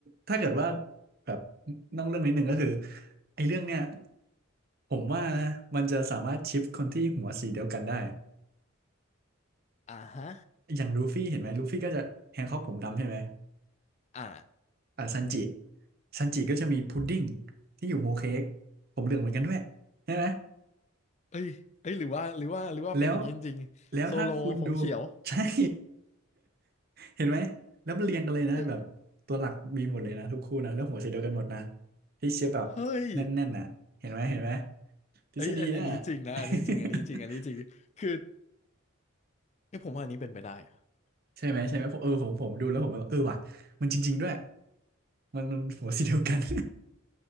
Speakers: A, on the right; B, on the left.
A: ถ้าเกิดว่าแบบนอกเรื่องนิดหนึ่งก็คือไอ้เรื่องเนี้ย ผมว่านะมันจะสามารถชิปคนที่หัวสีเดียวกันได้
B: อ่าฮะ
A: อย่างลูฟี่เห็นไหมลูฟี่ก็จะแฮงค็อกผมดำใช่ไหม
B: อ่า
A: อ่าซันจิซันจิก็จะมีพุดดิ้งที่อยู่โฮเค้กผมเหลืองเหมือนกันด้วยใช่ไหม
B: เอ้ยเอ้ยหรือว่าหรือว่าหรือว่าเป็นอย่างนี้จริงๆโซโลผมเขียว
A: แล้วแล้วถ้าคุณดู <laughs> ใช่ <laughs> เห็นไหมแล้วมันเรียงกันเลยนะแบบตัวหลักมีหมดเลยนะทุกคู่นะแล้วหัวสีเดียวกันหมดนะ
B: เอ้ย
A: ที่เชฟแบบแน่นๆน่ะเห็นไหมเห็นไหม
B: เฮ้ย
A: ทฤษฎีน่ะ
B: เอ้ยอันอันนี้จริงนะอันนี้จริงอันนี้จริงอันนี้จริงคือ
A: <laughs>
B: เอ้ยผมว่าอันนี้เป็นไปได้อะ
A: ใช่ไหมใช่ไหมผมเออผมผมดูแล้วผมแบบเออว่ะมันจริงๆด้วยมันมันหัวสีเดียวกัน